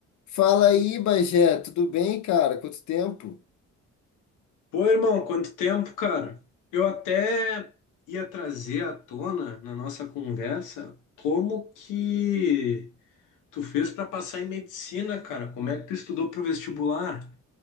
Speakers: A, on the left; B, on the left.
A: Fala aí, Bagé, tudo bem, cara? Quanto tempo?
B: Pô, irmão, quanto tempo, cara? Eu até ia trazer à tona na nossa conversa como que tu fez pra passar em medicina, cara? Como é que tu estudou pro vestibular?